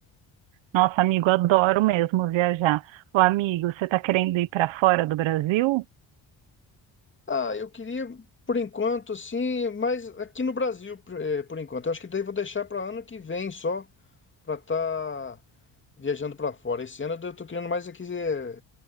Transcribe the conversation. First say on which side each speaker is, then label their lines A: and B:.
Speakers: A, on the right; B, on the left.
A: Nossa, amigo, adoro mesmo viajar. Ô, amigo, você tá querendo ir para fora do Brasil?
B: Ah, eu queria, por enquanto, assim, mas aqui no Brasil, por, é, por enquanto. Eu acho que daí eu vou deixar para ano que vem só, para estar viajando pra fora. Esse ano eu tô querendo mais aqui eh,